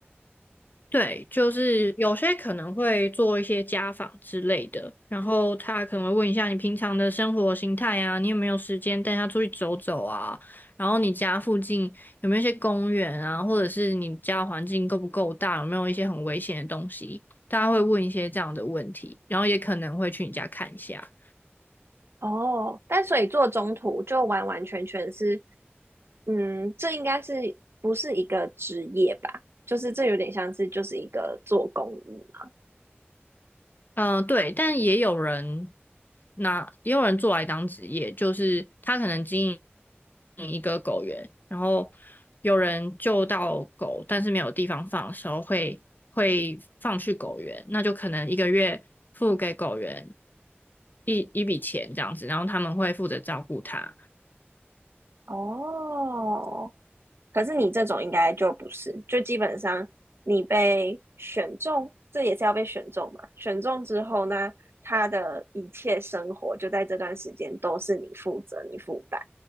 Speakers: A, on the left; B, on the right.
A: 对，就是有些可能会做一些家访之类的，然后他可能会问一下你平常的生活形态啊，你有没有时间带他出去走走啊？然后你家附近有没有一些公园啊，或者是你家环境够不够大，有没有一些很危险的东西？大家会问一些这样的问题，然后也可能会去你家看一下。
B: 哦，但所以做中途就完完全全是，嗯，这应该是不是一个职业吧？就是这有点像是就是一个做公益嘛。
A: 嗯、呃对，但也有人拿，也有人做来当职业，就是他可能经营一个狗园，然后有人救到狗，但是没有地方放的时候会会放去狗园，那就可能一个月付给狗园一一笔钱这样子，然后他们会负责照顾它。
B: 哦，可是你这种应该就不是，就基本上你被选中，这也是要被选中嘛。选中之后呢，他的一切生活就在这段时间都是你负责、你负担，